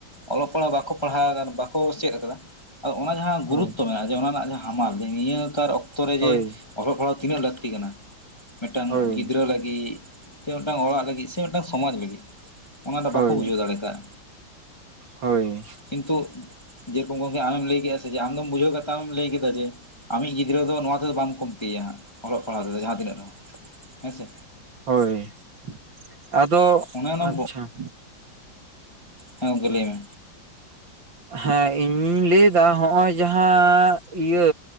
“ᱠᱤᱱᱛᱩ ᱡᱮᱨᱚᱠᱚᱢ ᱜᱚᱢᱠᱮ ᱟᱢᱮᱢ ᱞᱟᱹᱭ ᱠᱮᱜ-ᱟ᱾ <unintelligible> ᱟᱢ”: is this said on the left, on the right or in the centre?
Left